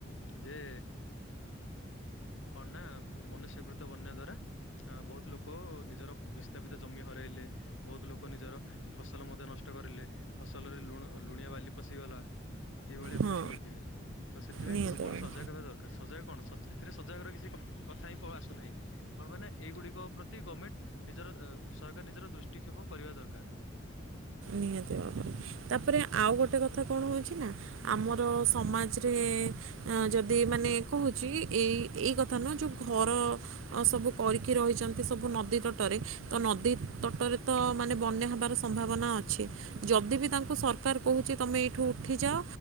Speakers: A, on the left; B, on the right.
A: ଯେ କଣ ନା ମନୁଷ୍ୟକୃତ ବନ୍ୟା ଦ୍ଵାରା ଅ ବହୁତ ଲୋକ ନିଜର ବିସ୍ଥାପିତ ଜମି ହରାଇଲେ ବହୁତ ଲୋକ ନିଜର ଫସଲ ମଧ୍ୟ ନଷ୍ଟ କରିଲେ ଫସଲରେ ଲୁଣ ଲୁଣିଆ ବାଲି ପଶିଗଲା। ଏଇଭଳି ଆପଣ
B: ହଁ
A: ଶୁଣିଥିବେ ତ ସେଥିପାଇଁ
B: ନିହାତି
A: ପୂର୍ବରୁ
B: ଭାବରେ
A: ସଜାଗ ହେବା ଦର ତ ସଜାଗ କଣ ସଜ ଏଥିରେ ସଜାଗର କିଛି କ କଥା ହିଁ ଆସୁନାହିଁ। କଣ କହ ନା ଏଇଗୁଡିକ ପ୍ରତି ଗମେଣ୍ଟ ନିଜର ଅ ସରକାର ନିଜର ଦୃଷ୍ଟିକ୍ଷେପ କରିବା ଦରକାର।
B: ନିହାତି ଭାବରେ। ତାପରେ ଆଉ ଗୋଟେ କଥା କଣ ହଉଛି ନା ଆମର ସମାଜରେ ଅ ଯଦି ମାନେ କହୁଛି ଏଇ ଏଇ କଥା ନୁହଁ ଯୋଉ ଘର ଅ ସବୁ କରିକି ରହିଛନ୍ତି ସବୁ ନଦୀ ତଟରେ ତ ନଦୀ ତଟରେ ତ ମାନେ ବନ୍ୟା ହବାର ସ ସମ୍ଭାବନା ଅଛି। ଯଦି ବି ତାଙ୍କୁ ସରକାର କହୁଛି ତମେ ଏଇଠୁ ଉଠିଯାଅ